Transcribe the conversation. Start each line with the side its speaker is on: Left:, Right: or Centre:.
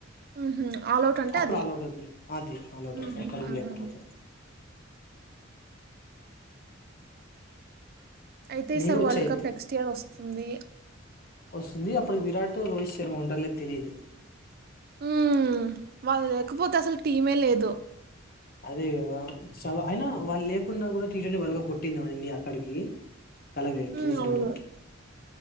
Right: ఊహూ ఆల్ అవుట్ అంటే
Left: అప్పుడు
Right: అది
Left: ఆల్ ఔటవుతుంది అది ఆల్ ఔటంటే
Right: ఊహూ
Left: ఒకరు కూడా
Right: హ్మ్
Left: లేకపోతే
Right: అయితే ఈసారి
Left: మీకు వచ్చయిద్ది
Right: వరల్డ్ కప్ నెక్స్ట్ ఇయర్ వస్తుంది.
Left: వస్తుంది. అప్పుడు విరాట్ రోహిత్ శర్మ ఉంటార్లేదో తెలీదు
Right: ఉమ్ వాళ్ళు లేకపోతే అసలు టీమే లేదు.
Left: అదే కదా చాలా అయినా వాళ్ళు లేకున్నా కూడా టీట్వంటీ వాల్గు కోట్టింది మన ఇండియా అక్కడికి చాలా గ్రేట్
Right: హ్మ్
Left: రీసెంట్గా
Right: అవును